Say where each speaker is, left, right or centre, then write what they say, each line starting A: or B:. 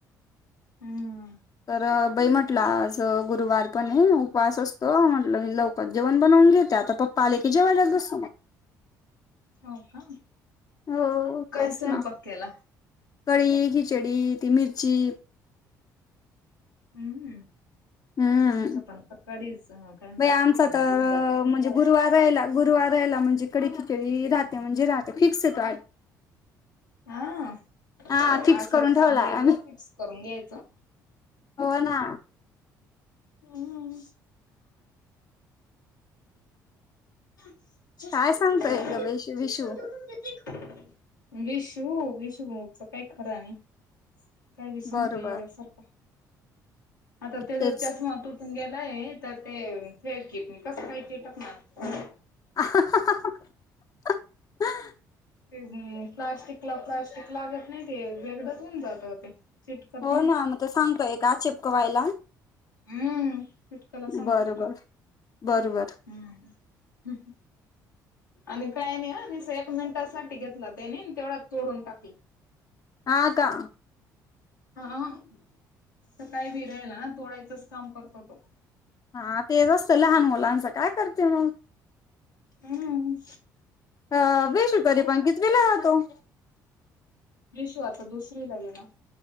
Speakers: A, on the left (about 85°); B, on the left (about 40°).
A: हम्म
B: तर बाई म म्हटला आज गुरुवार पणय उपवास असतो. म्हटलं मी लवकरच जेवण बनवून घेत ते आता पप्पा आले की जेवायलाच बसू मग.
A: हो का
B: हो
A: काय
B: तेच
A: स्वयंपाक
B: ना.
A: केला?
B: कडी, खिचडी ती मिरची
A: हम्म.
B: हम्म
A: आमचं पण कडीच काय म्हणतात
B: बाई आमचा
A: खिचडी
B: तर
A: <unintelligible>
B: म्हणजे <unintelligible> गुरुवार राहिला म्हणजे कडे खिचडी राहते म्हणजे राहते फिक्स ये तो
A: हा,
B: हा फिक्स
A: असच
B: करून ठेवलाय
A: चांगलं आहे
B: आम्ही
A: ग बाई फिक्स करून घ्यायचं.
B: हो ना.
A: हम्म. <unintelligible> <inaudible>
B: काय सांगतोय ग बाई विशू
A: विषु, विषुच काय खर नाही. काय बी सांगतय
B: बरोबर
A: येड्यासारखं, आता ते
B: तेच
A: चष्मा तुटून गेलाय तर ते फेविकिकनि कसं काय चिटकणार?
B: <inaudible> <inaudible>
A: ते प्लास्टिकला प्लास्टिक लागत नाही ते वेगळंच होऊन जात ते चिटकत
B: हो
A: नाही
B: ना मग त सांगतोय का चिपकवायला?
A: हम्म, चिटकला सांगतोय
B: बरोबर
A: तो
B: बरोबर
A: हम्म. आणि काय नाही अं निसता एक मिनिटासाठी घेतला त्यानी तेवढा तोडून टाकला.
B: हां का?
A: अं अं, सकाळी बी रडला तोडायचच काम करतो तो.
B: हा तेच असतं लहान मुलांचं काय करते मग?
A: हम्म.
B: अ वीशु तरी पण कितविला तो?
A: विशू आता दुसरीला गेला.